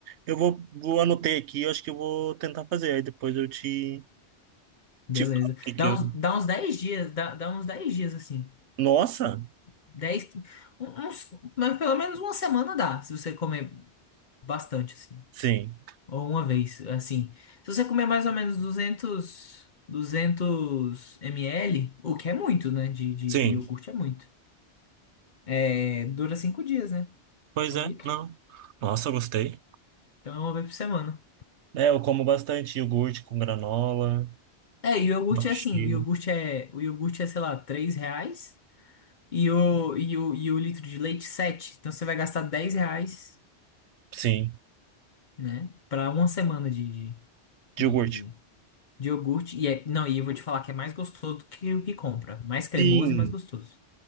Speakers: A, on the right (about 75°); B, on the left (about 45°).
A: Eu vou, vou anotei aqui, eu acho que eu vou tentar fazer. Aí depois eu te.
B: Beleza.
A: Te falei
B: Dá
A: que eu...
B: uns, dá uns 10 dias, dá, dá uns 10 dias assim.
A: Nossa,
B: dez que- um- uns, mas pelo menos uma semana dá, se você comer bastante assim.
A: sim,
B: Ou uma vez, assim. Se você comer mais ou menos duzentos 200 ml, o que é muito, né? De, de,
A: sim.
B: de iogurte é muito. É, dura 5 dias, né?
A: Pois
B: É
A: é,
B: um litro.
A: não. Nossa, eu gostei.
B: Então é uma vez por semana.
A: É, eu como bastante iogurte com granola,
B: É, e o iogurte
A: abacaxi.
B: é assim, o iogurte é, o iogurte é, sei lá, 3 reais. E o, e o, e o litro de leite, sete Então você vai gastar 10 reais,
A: Sim,
B: né? Pra uma semana de, de,
A: de
B: de,
A: iogurte.
B: de, de iogurte. E é, não, e eu vou te falar que é mais gostoso do que o que compra. Mais cremoso
A: Sim.
B: e mais gostoso.